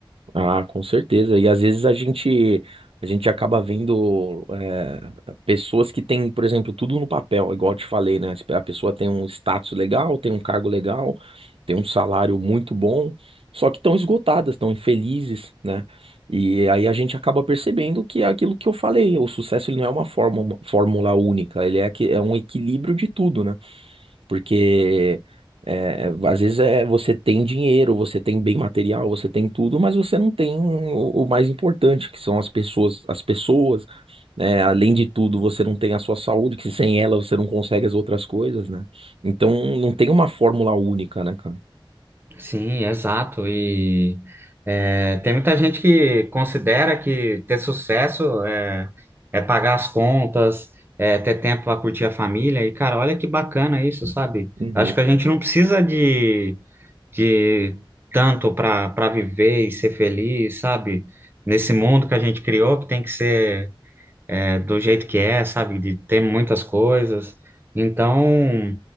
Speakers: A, on the right; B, on the right.
A: Ah, com certeza. E às vezes a gente a gente acaba vendo eh, pessoas que têm, por exemplo, tudo no papel, igual eu te falei, né? A pessoa tem um status legal, tem um cargo legal, tem um salário muito bom, só que estão esgotadas, estão infelizes, né? E aí a gente acaba percebendo que é aquilo que eu falei, o sucesso ele não é uma fórmula, fórmula única, ele é, que, é um equilíbrio de tudo, né? Porque é, às vezes é, você tem dinheiro, você tem bem material, você tem tudo, mas você não tem o, o mais importante, que são as pessoas, as pessoas, né? Além de tudo, você não tem a sua saúde, que sem ela você não consegue as outras coisas, né? Então não tem uma fórmula única, né, cara?
B: Sim, exato. E é, tem muita gente que considera que ter sucesso é, é pagar as contas, é ter tempo para curtir a família. E, cara, olha que bacana isso, sabe?
A: Uhum.
B: Acho que a gente não precisa de, de tanto para para viver e ser feliz, sabe? Nesse mundo que a gente criou, que tem que ser é, do jeito que é, sabe? De ter muitas coisas. Então,